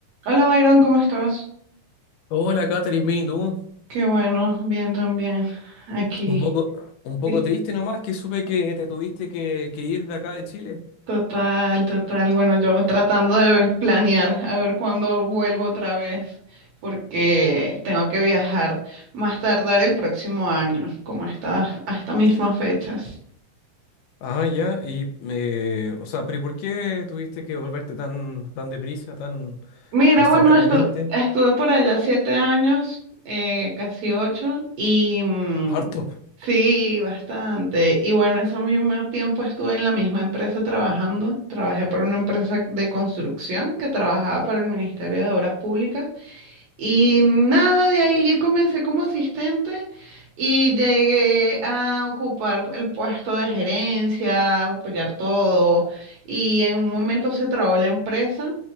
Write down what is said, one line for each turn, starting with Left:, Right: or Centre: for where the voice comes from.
Right: Hola Byron, ¿cómo estás?
Left: Hola, Catherine, bien, ¿y tú?
Right: Qué bueno, bien también. Aquí.
Left: Un poco, un poco
Right: Sí.
Left: triste nomás que supe que te tuviste que, que ir de acá de Chile.
Right: Total, total. Bueno, yo tratando de planear a ver cuándo vuelvo otra vez, porque tengo que viajar más tardar el próximo año, como a estas, a estas mismas fechas.
Left: Ah, ya, y, eh, o sea, pero ¿y por qué tuviste que volverte tan, tan deprisa, tan
Right: Mira,
Left: instantáneamente?
Right: bueno, estu- estuve por allá siete años, eh, casi ocho, y mm,
Left: Harto.
Right: sí, bastante. Y bueno, ese mismo tiempo estuve en la misma empresa trabajando. Trabajé por una empresa de construcción que trabajaba para el Ministerio de Obras Públicas. Y nada, de ahí comencé como asistente y llegué a ocupar el puesto de gerencia, apoyar todo. Y en un momento se trabó la empresa.